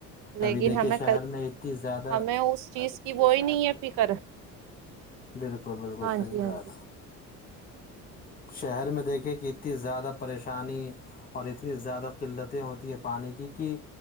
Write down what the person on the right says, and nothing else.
لیکن
ہمیں
ہمیں اس چیز کی وہی نہیں ہے فکر
ہاں
جی ہاں
جی